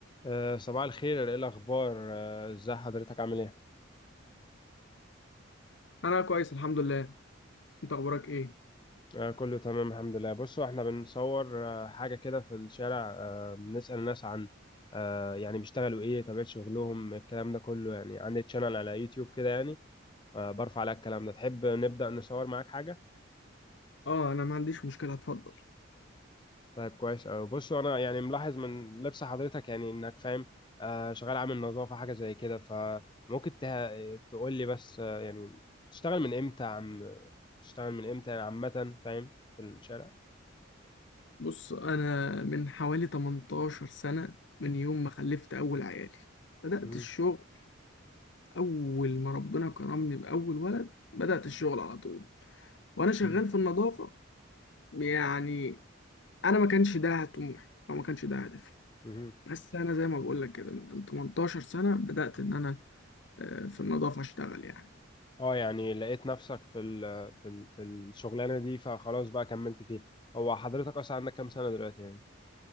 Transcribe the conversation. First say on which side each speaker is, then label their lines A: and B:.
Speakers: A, on the left; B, on the left.
A: آه، صباح الخير ايه الاخبار آه، ازاي حضرتك عامل ايه
B: انا كويس الحمد لله انت اخبارك ايه
A: آه، كله تمام الحمد لله بصوا احنا بنصور آه، حاجه كده في الشارع آه، بنسأل الناس عن آه، يعني بيشتغلوا ايه طبيعه شغلهم الكلام ده كله يعني عندي تشانل على يوتيوب كده يعني آه، برفع على الكلام ده تحب نبدأ نصور معاك حاجه
B: اه انا ما عنديش مشكله اتفضل
A: طيب كويس أوي بص انا يعني ملاحظ من لبس حضرتك يعني انك فاهم آه شغال عامل نظافة حاجة زي كده فممكن ته... تقول لي بس آه يعني تشتغل من امتى يا عم تشتغل من امتى يعني عامة فاهم في الشارع
B: بص انا من حوالي 18 سنه من يوم ما خلفت اول عيالي بدات
A: مهم.
B: الشغل اول ما ربنا كرمني باول ولد بدات الشغل على طول وانا شغال
A: مهم.
B: في النظافه يعني انا ما كانش ده طموحي او ما كانش ده هدفي
A: مهم.
B: بس انا زي ما بقول لك كده من 18 سنه بدات ان انا آه، في النظافه اشتغل يعني
A: اه يعني لقيت نفسك في ال... في ال... في الشغلانة دي فخلاص بقى كملت فيها هو حضرتك اصلا عندك كام سنة دلوقتي يعني